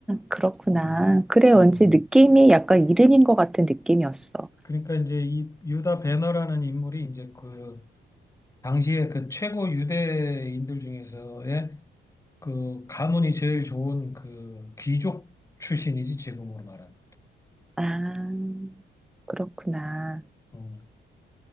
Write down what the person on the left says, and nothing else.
음,
음. 음.
그러니까 이제 이 유다 배너라는 인물이 이제 그 당시에 그 최고 유대인들 중에서의 그 가문이 제일 좋은 그 귀족 출신이지 지금으로 말하면.
음.